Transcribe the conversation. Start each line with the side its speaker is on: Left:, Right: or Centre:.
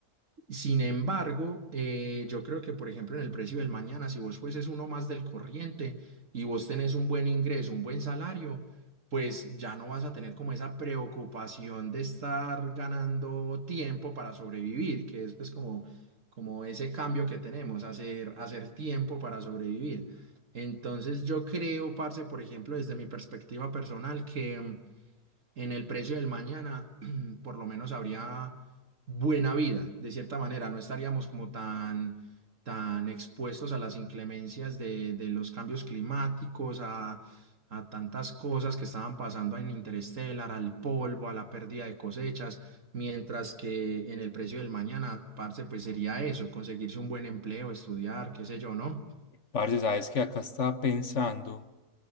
Right: Sin embargo, eh, yo creo que, por ejemplo, en el precio del mañana, si vos fueses uno más del corriente y vos tenés un buen ingreso, un buen salario, pues ya no vas a tener como esa preocupación de estar ganando tiempo para sobrevivir, que es pues como, como ese cambio que tenemos, hacer, hacer tiempo para sobrevivir. Entonces yo creo, parce, por ejemplo, desde mi perspectiva personal, que en el precio del mañana, <clears throat> por lo menos habría buena vida, de cierta manera. No estaríamos como tan, tan expuestos a las inclemencias de, de los cambios climáticos, a, a tantas cosas que estaban pasando en Interstellar, al polvo, a la pérdida de cosechas, mientras que en el precio del mañana, parce, pues sería eso, conseguirse un buen empleo, estudiar, qué sé yo, ¿no?
Left: Parce, sabes que acá estaba pensando.